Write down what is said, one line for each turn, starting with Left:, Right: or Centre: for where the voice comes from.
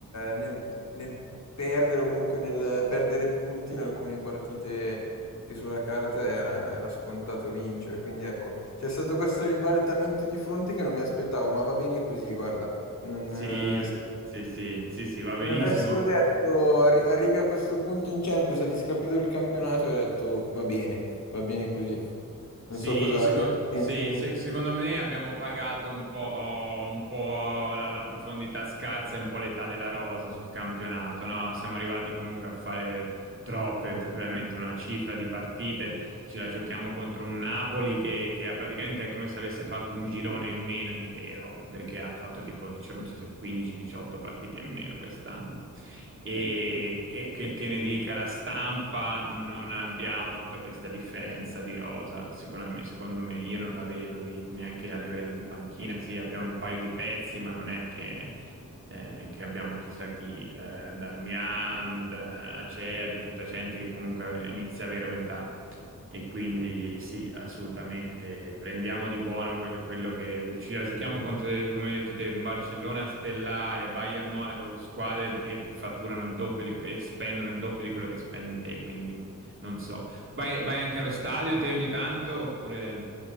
Left: nel- nel perdere o comunque nel perdere punti in alcune partite che sulla carta era, era scontato vincere. Quindi ecco, c'è stato questo ribaltamento di fronte che non mi aspettavo, ma va bene così, guarda. Non,
Right: sì,
Left: eh, sì.
Right: sì, sì, sì, sì, va benissimo.
Left: Se mi avessero detto "Arri- arrivi a questo punto in Champions, ha discapito il campionato, avrei detto va bene, va bene così. Non
Right: Sì,
Left: so cosa,
Right: seco-
Left: cosa ne
Right: sì,
Left: pensi tu.
Right: se- secondo me abbiamo pagato un po', un po' la, la profondità scarsa e un po' l'età della rosa sul campionato, no? Siamo arrivati comunque a fare troppe, t- veramente una cifra di partite ce la giochiamo contro un Napoli che, che ha praticamente è come se avesse fatto un girone in meno intero, perché ha fatto tipo, dicio- non so se 15-18 partite in meno quest'anno. E, <laughs> e che, che ne dica la stampa, non abbiamo tutta questa differenza di rosa, sicuramente, secondo me, io non la vedo di- neanche a livello di panchina, sì, abbiamo un paio di pezzi, ma non è che eh, che abbiamo chissà chi, eh, Darmian, d- Acerbi, tutta gente che comunque inizia a avere un'età. E quindi sì, assolutamente. Prendiamo di buono quel- quello che ci la giochiamo contro, come hai detto te, un Barcellona stellare, Bayern Monaco, squadre che, che fatturano il doppio di, que- e spendono il doppio di quello che spendi te. Quindi non so. Vai, vai anche allo stadio te ogni tanto oppure.